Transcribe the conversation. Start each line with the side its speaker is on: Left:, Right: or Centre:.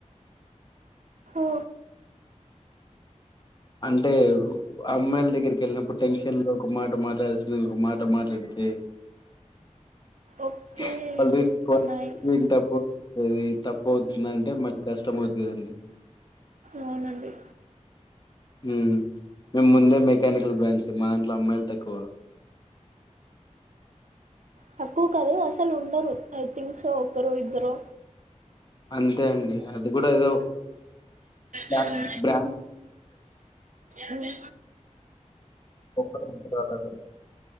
Right: ఓ
Left: అంటే అమ్మాయిల దగ్గరికి వెళ్ళినప్పుడు టెన్షన్ లో ఒక మాట మాట్లాడాల్సింది ఇంకోమాట మాట్లాడితే <unintelligible>
Right: ఓకే నైస్
Left: ఏం తప్పు ఇది తప్పు అవుతుందంటే మళ్ళి కష్టం అవుద్ కదండి
Right: అవునండి
Left: హుమ్ మేము ముందే మెకానికల్ బ్రాంచ్ మా దాంట్ల అమ్మాయిలు తక్కువ
Right: తక్కువ కాదు అసలు ఉండరు ఐ థింక్ సో ఒకరో ఇద్దరో
Left: అంతే అండి అది కూడా ఏదో బ్ర
Right: హ్మ్.
Left: బ్రా
Right: హ్మ్.
Left: ఒకర్ ఇద్దరు అలాగ